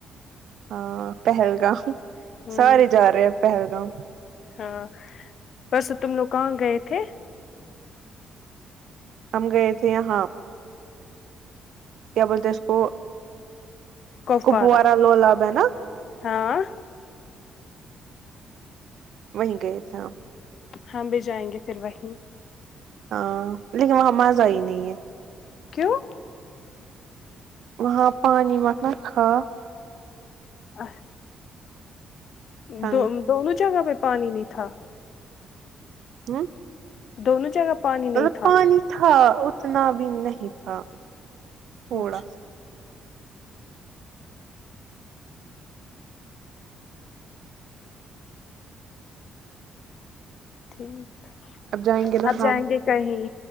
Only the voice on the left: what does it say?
ہوں
ہاں پرسوں تم لوگ کہاں گئے تھے
کپوارہ
ہاں
ہم بھی جائیں گے پھر وہیں
کیوں
ا ہ
دو
دونوں جگہ پہ پانی نہیں تھا
دونوں جگہ پانی نہیں
تھا
اچھا
ٹھیک
اب
جائیں گے کہیں